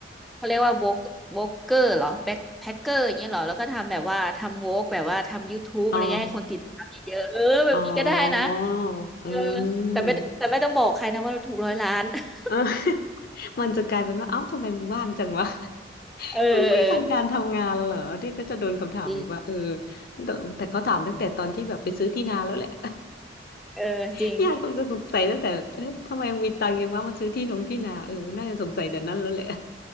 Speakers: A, in the centre; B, on the left.
A: เขาเรียกว่าวกวกเกอร์เหรอแบ็คแพ็คเกอร์อย่างเงี้ยเหรอแล้วก็ทำแบบว่าทำวกแบบว่าทำ YouTube
B: อ๋อ
A: อะไรเงี้ยให้คนติดตามเยอะๆเออแบบนี้ก็ได้นะ
B: อ๋ออืม
A: เออแต่ไม่แต่ไม่ต้องบอกใครนะว่าเราถูกร้อยล้าน <laughs>
B: เออ <laughs> มันจะกลายเป็นว่าเอ้าทำไมมึงว่างจังวะ <laughs>
A: เออ
B: มึงไม่ทำการทำงานเหรอเนี่ยก็จะโดนคำถามอีกว่าเออ
A: จริง
B: แต่แต่เขาถามตั้งแต่ตอนที่แบบไปซื้อที่นาแล้วแหละ
A: เออจริง
B: <laughs> ญาติคงจะสงสัยตั้งแต่เอ๊ะทำไมมึงมีตังค์ยังว่ามาซื้อที่ลงที่นาเออน่าจะสงสัยแต่นั้นแล้วแหละ